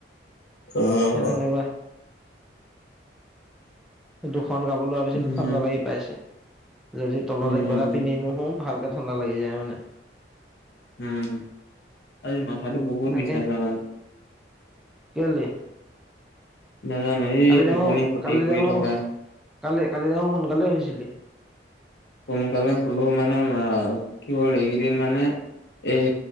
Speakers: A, on the left; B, in the centre.
A: অ'।
B: সেই তেনেকুৱা। দুখন কাপো লোৱা পিছতো
A: উম
B: ঠাণ্ডা লাগি পাইছে। যদি তলত
A: উম
B: একো এটা পিন্ধি নুশু ভালকে ঠাণ্ডা লাগি যায় মানে।
A: উম, আজি মাথাটো বহুত
B: তাকে
A: বিষাইছে মানে।
B: কেলে?
A: নাজানো এই
B: কালি দেখো,
A: টোপনি ক্ষতি
B: কালি
A: কৰি
B: দেখো,
A: থকা
B: কালি, কালি দেখো সোনকালে হুইছিলি।
A: সোনকালে শুলো মানে কি হ'ল এইকেইদিন মানে এই